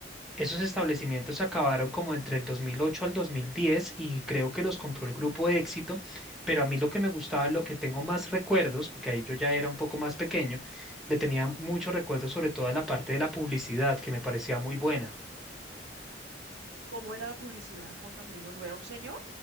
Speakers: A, in the centre; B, on the right (about 80°).
A: esos establecimientos se acabaron como entre el 2008 al 2010 y creo que los compró el grupo de Éxito, pero a mí lo que me gustaba, lo que tengo más recuerdos, porque ahí yo ya era un poco más pequeño, le tenía muchos recuerdos sobre todo a la parte de la publicidad que me parecía muy buena.
B: ¿Cómo era la publicidad, Juan Camilo? ¿No era un señor?